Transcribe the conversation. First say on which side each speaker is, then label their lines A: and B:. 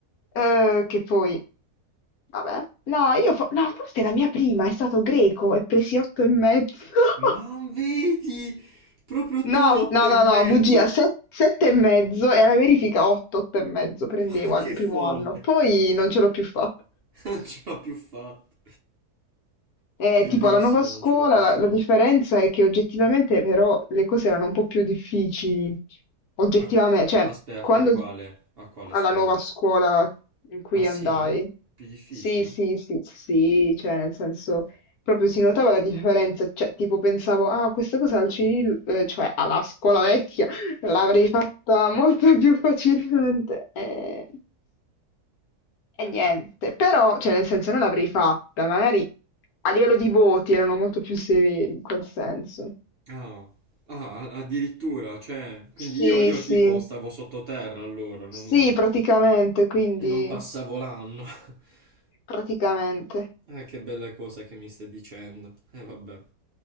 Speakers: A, on the left; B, on the right.
A: Eh, che poi, vabbè. No, io fo- no, forse la mia prima è stato greco e presi otto e mezzo. <laughs>
B: Ma vedi, proprio tu
A: No,
B: otto
A: no,
B: e
A: no,
B: mezzo.
A: no, bugia, se- sette e mezzo e alla verifica otto, otto e mezzo prendevo
B: <laughs>
A: al
B: Che
A: primo
B: folle.
A: anno. Poi non ce l'ho più fatta.
B: <laughs> Non ce l'ho più fatta.
A: Eh,
B: Bellissimo,
A: tipo alla nuova scuola
B: non ce l'ho più fatta.
A: la, la differenza è che oggettivamente però le cose erano un po' più difficili, oggettivamente,
B: A-
A: cioè
B: Aspetta,
A: quando
B: a quale? A quale
A: alla
B: scuola?
A: nuova scuola in cui
B: Ah sì?
A: andai,
B: Più difficili?
A: sì, sì, sì, sì, cioè nel senso proprio si notava la differenza, cioè tipo pensavo, ah, questa cosa al Cirillo, eh, cioè alla scuola vecchia, <laughs> l'avrei fatta molto più facilmente. Eh, e niente, però, cioè nel senso non l'avrei fatta, magari a livello di voti erano molto più severi in quel senso.
B: Ah, ah, a- addirittura, cioè, quindi
A: Sì,
B: io, io
A: sì,
B: tipo stavo sottoterra allora, non,
A: sì, praticamente, quindi
B: non passavo l'anno. <laughs>
A: praticamente.
B: Ah, che belle cose che mi stai dicendo. Eh, vabbè.